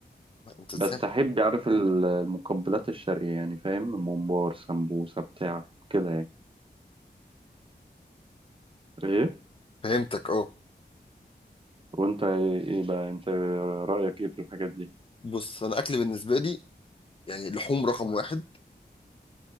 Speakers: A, on the left; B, on the right.
A: انت ازاي
B: بس أحب أعرف ال- المقبلات الشرقية يعني فاهم ممبار سمبوسة بتاع كده يعني إيه
A: فهمتك اه
B: وأنت إيه إيه بقى أنت رأيك إيه في الحاجات دي؟
A: بص انا اكل بالنسبه لي يعني لحوم رقم واحد